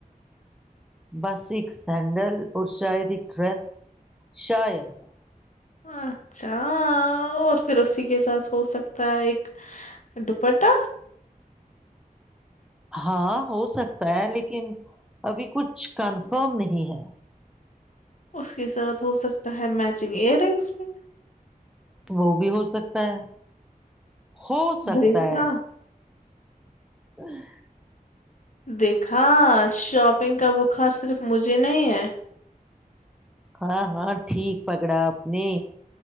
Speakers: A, in the centre; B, on the left.
A: بس ایک سینڈل اور شاید ایک ڈریس شاید
B: اچھا اور پھر اسی کے ساتھ ہو سکتا ہے ایک دوپٹہ
A: ہاں ہو سکتا ہے لیکن ابھی کچھ کنفرم نہیں ہے
B: اس کے ساتھ ہو سکتا ہے میچنگ ایئر رنگس بھی
A: وہ بھی ہو سکتا ہے ہو سکتا
B: دیکھا
A: ہے ا
B: دیکھا شاپنگ کا بخار صرف مجھے نہیں ہے
A: ہاں ہاں ٹھیک پکڑا آپ نے